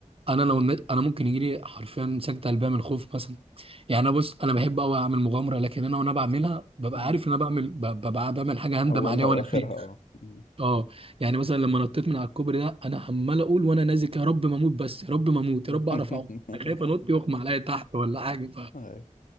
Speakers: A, on the right; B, on the left.
A: انا لو النت انا ممكن يجي لي حرفيا سكتة قلبيه من الخوف مثلا يعني انا بص انا بحب قوي اعمل مغامره لكن انا وانا بعملها ببقى
B: مم.
A: عارف ان انا بعمل ب- ببقى بعمل حاجه هندم
B: اولها
A: عليها وانا
B: واخرها
A: فيه
B: اه مم.
A: اه يعني مثلا لما نطيت من على الكوبري ده انا عمال اقول وانا نازل يا رب ما اموت بس يا رب ما اموت يا
B: <laughs>
A: رب اعرف اعوم انا خايف انط يغمى عليا تحت ولا حاجه
B: هاي.